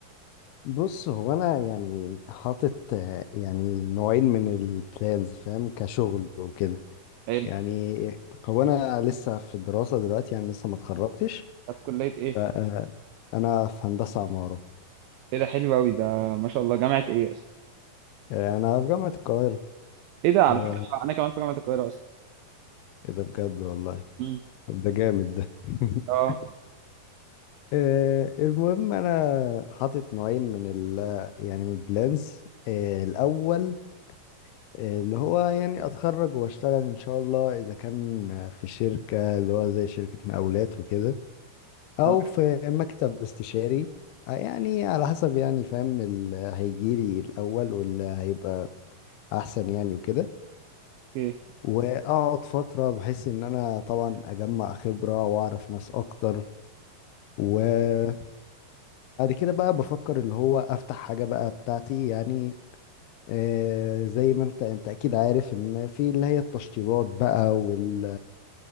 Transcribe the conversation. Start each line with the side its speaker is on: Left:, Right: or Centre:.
Left: بص هو انا يعني حاطط آه، يعني نوعين من البلانز فاهم كشغل وكده
Right: حلو
Left: يعني هو انا لسه في الدراسة دلوقتي يعني لسه ما اتخرجتش
Right: طب كليه ايه
Left: آه، انا في هندسة عمارة
Right: ايه ده حلو قوي ده ما شاء الله جامعه ايه اصلا
Left: آه، انا في جامعة القاهرة
Right: ايه ده على
Left: آه،
Right: فكره انا كمان في جامعه القاهره اصلا
Left: ايه ده بجد والله
Right: امم
Left: طب ده جامد ده <laughs>
Right: اه
Left: آه، المهم انا حاطط نوعين من ال يعني من البلانز آه، الاول آه، اللي هو يعني اتخرج واشتغل ان شاء الله اذا كان في شركة اللي هو زي شركة مقاولات وكده او
Right: تمام
Left: في مكتب استشاري آه، يعني على حسب يعني فاهم اللي هيجيلي الاول واللي هيبقى احسن يعني وكده
Right: اوكي
Left: واقعد فترة بحيث ان انا طبعا اجمع خبرة واعرف ناس اكتر وبعد كده بقى بفكر اللي هو افتح حاجة بقى بتاعتي يعني آه، زي ما انت انت اكيد عارف ان في اللي هي التشطيبات بقى وال